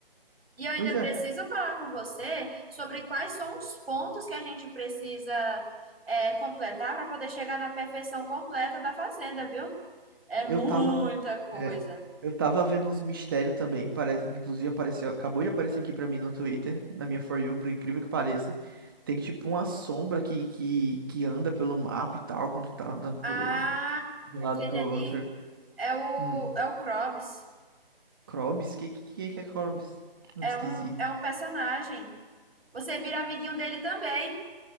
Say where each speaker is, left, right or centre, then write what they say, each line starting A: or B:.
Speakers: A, on the right (about 80°); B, on the right (about 20°).
A: E eu ainda
B: pois é.
A: preciso falar com você sobre quais são os pontos que a gente precisa é, completar para poder chegar na perfeição completa da fazenda, viu? É muita
B: Eu tava, ve-
A: coisa.
B: é, eu tava vendo uns mistérios também, parece, inclusive apareceu, acabou de aparecer aqui pra mim no Twitter, na minha For You, por incrível que pareça. Tem tipo uma sombra que, que, que anda pelo mapa e tal, quando tu tá andando
A: Ah,
B: por ele, de um
A: aquele
B: lado pro
A: ali.
B: outro.
A: É o,
B: Hum,
A: é o Krobs.
B: Krobis? Que, que, que é Krobis? Nome
A: É
B: esquisito.
A: um, é um personagem. Você vira amiguinho dele também.